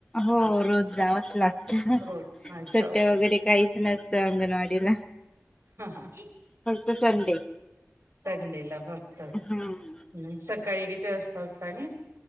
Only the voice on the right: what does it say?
रोज अच्छा
ओके
हा हा
संडेला फक्त, हं
सकाळी किती वाजता उठता नी?